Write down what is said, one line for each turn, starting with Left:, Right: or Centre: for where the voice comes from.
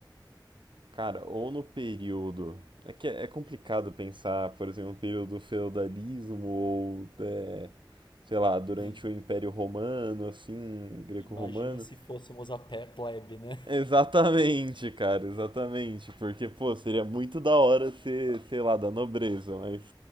Right: Cara, ou no período. É que é é complicado pensar, por exemplo, no período do feudalismo ou, é, sei lá, durante
Left: Né?
Right: o Império Romano, assim, greco-romano.
Left: Imagina se fôssemos a pé plebe, né?
Right: Exatamente, cara, exatamente. Porque, pô, seria muito da hora ser, sei lá, da nobreza, mas